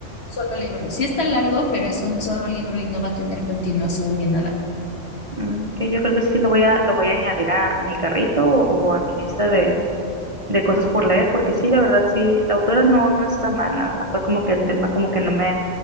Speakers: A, on the left (about 60°); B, on the right (about 30°).
A: un solo libro. Sí está largo, pero es un solo libro y no va a tener continuación ni nada.
B: mm, que yo creo que sí lo voy a, lo voy a añadir a, a mi carrito o, a mi lista de, de cosas por leer, porque sí, la verdad, sí, la autora no, no está mal, nada más fue como que el tema como que no me,